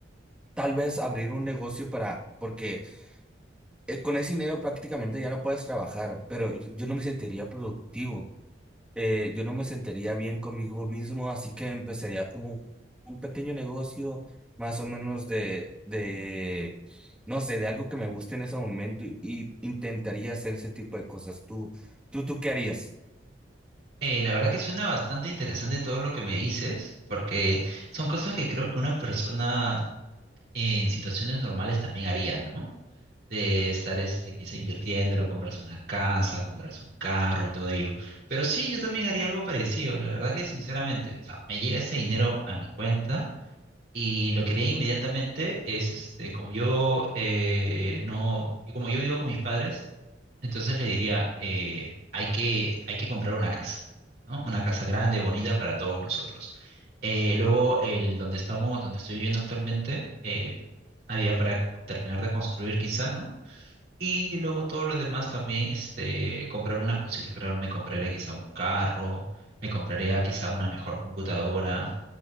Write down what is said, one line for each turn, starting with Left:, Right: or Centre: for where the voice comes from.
Centre: tal vez abrir un negocio para, porque eh, con ese dinero prácticamente ya no puedes trabajar, pero yo yo no me sentiría productivo, eh, yo no me sentiría bien conmigo mismo, así que empezaría como un pequeño negocio más o menos de, de, no sé, de algo que me guste en ese momento y, y intentaría hacer ese tipo de cosas. ¿Tú, tú, tú qué harías?
Right: Eh, la verdad que suena bastante interesante todo lo que me dices, porque son cosas que creo que una persona en situaciones normales también haría, ¿no? de estar este, quizá invirtiéndolo, comprarse una casa, comprarse un carro y todo ello. Pero sí, yo también haría algo parecido. La verdad que sinceramente, o sea, me llega ese dinero a mi cuenta y lo que haría inmediatamente es, este, como yo eh, no, y como yo vivo con mis padres, entonces les diría, eh, hay que, hay que comprar una casa, ¿no? Una casa grande, bonita para todos nosotros. Eh, luego, el donde estamos, donde estoy viviendo actualmente, eh, había para terminar de construir quizá, ¿no? Y luego todo lo demás también, este, comprarme unas cositas, claro, me compraré quizá un carro, me compraré quizá una mejor computadora